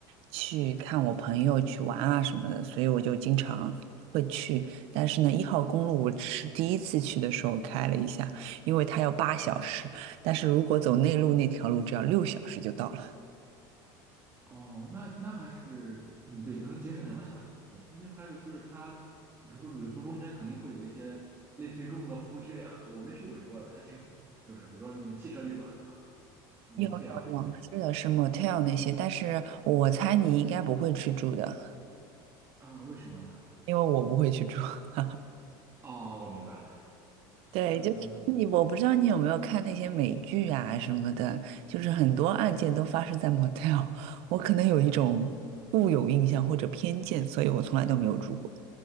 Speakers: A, on the right; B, on the right.
A: 去看我朋友去玩啊什么的，所以我就经常会去。但是呢，一号公路我只是第一次去的时候开了一下，因为它要八小时，但是如果走内陆那条路，只要六小时就到了。
B: 哦，那那还是嗯，对，能节省两个小时的时间。那就还有就是它，比如说旅途中间肯定会有一些类似于中国的服务区这样的，我没去过美国，也不太清楚，是不是？比如说什么汽车旅馆，对吧？motel
A: 有有有，
B: 啊这些
A: 是的，是 motel 那些，但是我猜你应该不会去住的。
B: 啊、为什么呢？
A: 因为我不会去住。<laughs>
B: 哦，我明白了。
A: 对，
B: 嗯
A: 就是你，我不知道你有没有看那些美剧啊什么的，就是很多案件都发生在 motel，<laughs> 我可能有一种固有印象或者偏见，所以我从来都没有住过。